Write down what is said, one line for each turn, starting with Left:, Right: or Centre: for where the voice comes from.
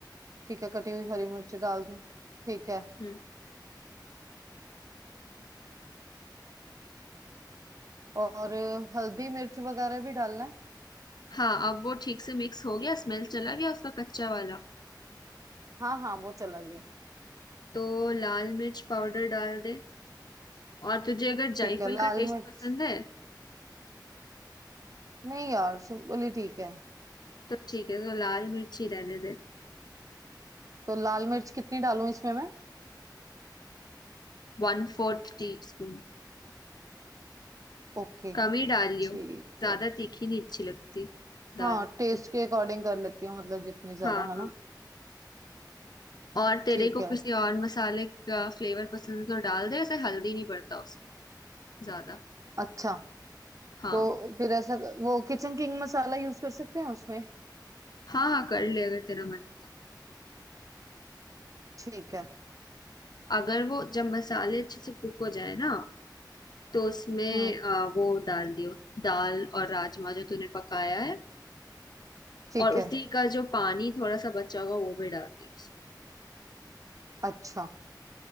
Right: ठीक है कटी हुई हरी मिर्च डाल दूं ठीक है
Left: भी
Right: और अ, हल्दी मिर्च वगैरह भी डालना है
Left: हाँ अब वो ठीक से मिक्स हो गया स्मेल चला गया उसका कच्चा वाला
Right: हाँ हाँ वो चला गया
Left: तो लाल मिर्च पाउडर डाल दे और तुझे अगर जायफल
Right: ठीक है लाल
Left: का टेस्ट
Right: मिर्च
Left: पसंद है
Right: नहीं यार सिंपली ठीक है
Left: तो ठीक है तो लाल मिर्च ही रहने दे
Right: तो लाल मिर्च कितनी डालूं इसमें मैं
Left: One fourth teaspoon
Right: ओके
Left: कम ही डाल लियो
Right: ठीक
Left: ज्यादा
Right: है
Left: तीखी नहीं अच्छी लगती दाल
Right: हाँ
Left: मखनी
Right: टेस्ट के अकॉर्डिंग कर लेती हूँ मतलब जितनी ज्यादा
Left: हाँ
Right: है
Left: हाँ
Right: ना
Left: और तेरे
Right: ठीक
Left: को
Right: है
Left: किसी और मसाले का फ्लेवर पसंद है तो डाल दे ऐसे हल्दी नहीं पड़ता उस ज्यादा
Right: अच्छा
Left: हाँ
Right: तो फिर ऐसा वो किचन किंग मसाला यूज कर सकते हैं उसमें
Left: हाँ हाँ कर ले अगर तेरा मन है तो
Right: ठीक है
Left: अगर वो जब मसाले अच्छे से कुक हो जाए ना तो उसमें
Right: हम्म
Left: अ, वो डाल दियो दाल और राजमा जो तूने पकाया है
Right: ठीक
Left: और उसी
Right: है
Left: का जो पानी थोड़ा सा बचा होगा वो भी डाल दियो उसमें।
Right: अच्छा